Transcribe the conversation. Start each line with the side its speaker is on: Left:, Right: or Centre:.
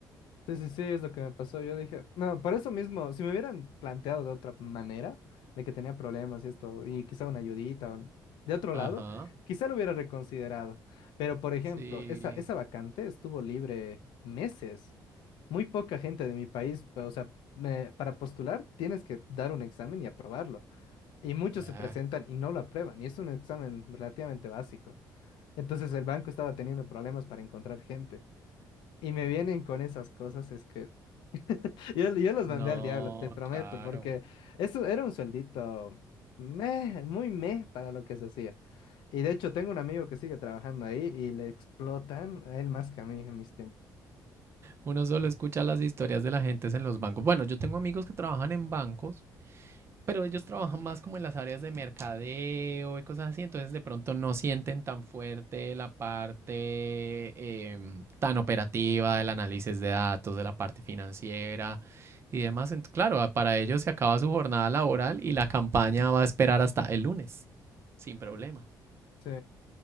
Left: Sí, sí, sí, es lo que me pasó. Yo dije, no, por eso mismo, si me hubieran planteado de otra manera, de que tenía problemas y esto, y quizá una ayudita o de otro
Right: Ajá,
Left: lado, quizá lo hubiera reconsiderado. Pero, por ejemplo,
Right: sí.
Left: esa, esa vacante estuvo libre meses. Muy poca gente de mi país, o sea, me- para postular tienes que dar un examen y aprobarlo. Y muchos
Right: Ah,
Left: se presentan y no lo aprueban, y es un examen relativamente básico. Entonces el banco estaba teniendo problemas para encontrar gente. Y me vienen con esas cosas, es que... Yo, yo los
Right: no,
Left: mandé al diablo, te prometo,
Right: claro.
Left: porque eso era un sueldito meh, muy meh para lo que se hacía. Y de hecho, tengo un amigo que sigue trabajando ahí y le explotan a él más que a mí en mis tiempos.
Right: Uno solo escucha las historias de la gente en los bancos. Bueno, yo tengo amigos que trabajan en bancos, pero ellos trabajan más como en las áreas de mercadeo y cosas así, entonces de pronto no sienten tan fuerte la parte eh, tan operativa del análisis de datos, de la parte financiera y demás. Claro, para ellos se acaba su jornada laboral y la campaña va a esperar hasta el lunes, sin problema.
Left: Sí.